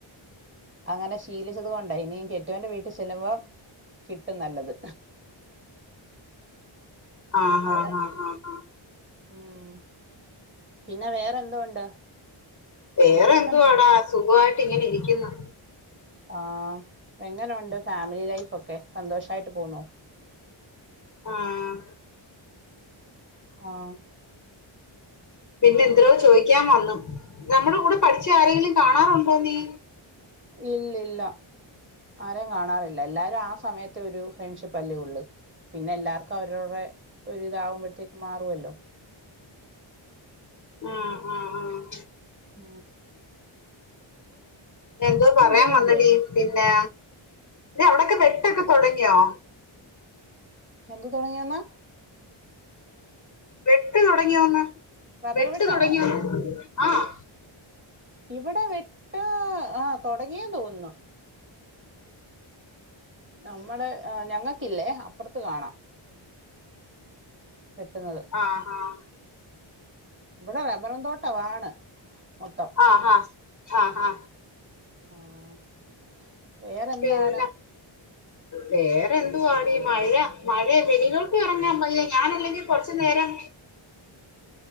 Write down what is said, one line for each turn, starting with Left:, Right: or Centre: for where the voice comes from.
Right: അങ്ങനെ ശീലിച്ചത് കൊണ്ടാ ഇനിയും കെട്ടിയോന്റെ വീട്ടിൽ ചെല്ലുമ്പോ കിട്ടും നല്ലത്.
Left: ആഹ് ഹ
Right: അവിടെ
Left: ഹ ഹ ഹ
Right: ഉം പിന്നെ വേറെന്തോ ഉണ്ട്
Left: വേറെന്തുവാടാ
Right: വിശേഷം പറ
Left: സുഖായി ഇങ്ങനെ ഇരിക്ക്ന്ന്.
Right: ആഹ് എങ്ങനെ ഒണ്ട് ഫാമിലി ലൈഫ് ഒക്കെ സന്തോഷായിട്ട് പോന്നൊ
Left: ആഹ്
Right: ആഹ്
Left: പിന്നെ എന്തിനോ ചോയിക്കാൻ വന്നു നമ്മുടെ കൂടെ പഠിച്ച ആരെലും കാണാറുണ്ടോ നീ?
Right: ഇല്ലില്ല ആരേ കാണാറില്ല എല്ലാരും ആ സമയത്തെ ഒരു ഫ്രണ്ട്ഷിപ്പ് അല്ലേ ഉള്ളു പിന്നെ എല്ലാർക്കും അവരവറെ ഒരു ഇതാവുമ്പഴ്ത്തേക്ക് മാറുല്ലോ.
Left: ആഹ് ആഹ് ആഹ്
Right: കൂ
Left: എന്തോ പറയാൻ
Right: പോയില്ലേ
Left: വന്നടി പിന്നെ അവിടൊക്കെ വെട്ടൊക്കെ തുടങ്ങിയോ?
Right: എന്ത് തൊടങ്ങിയോന്ന്
Left: വെട്ട് തുടങ്ങിയോന്ന്
Right: റബ്ബർ
Left: വെട്ട്
Right: വെട്ടാണോ
Left: തുടങ്ങിയോന്ന് ആഹ്
Right: ഇവിടെ വിട്ട് ആ തുടങ്ങിയൊന്ന് തോന്നുന്നു. നമ്മടെ ഞങ്ങള്ക്കില്ലേ അപ്പറ ത്ത് കാണാം. വെട്ടുന്നത്
Left: ആഹ് ആഹ്
Right: ഇവിടെ റബ്ബറ് തോട്ടവാണ് മൊത്തം
Left: ആഹ് ആഹ് ആഹ് ഹാ
Right: ആഹ് വേറെന്താണ്?
Left: പിന്നെ വേറെ എന്തുവാടി മഴ മഴ വെളിയിലോട്ട് ഇറങ്ങാൻ വയ്യാ ഞാനല്ലെങ്കി കൊറച്ച് നേരം